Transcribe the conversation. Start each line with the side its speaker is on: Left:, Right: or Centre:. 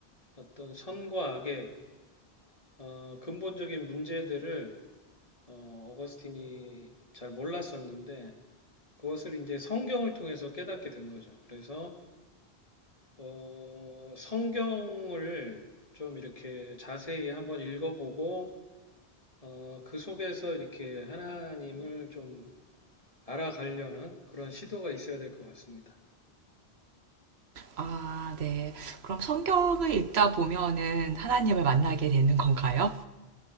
Left: 어떤 선과 악의 어, 근본적인 문제들을 어, 어거스틴이 잘 몰랐었는데 그것을 이제 성경을 통해서 깨닫게 된 거죠. 그래서 어, 성경을 좀 이렇게 자세히 한번 읽어보고 어, 그 속에서 이렇게 하나님을 좀 알아가려는 그런 시도가 있어야 될 것 같습니다.
Right: 아, 네. 그럼 성경을 읽다 보면은 하나님을 만나게 되는 건가요?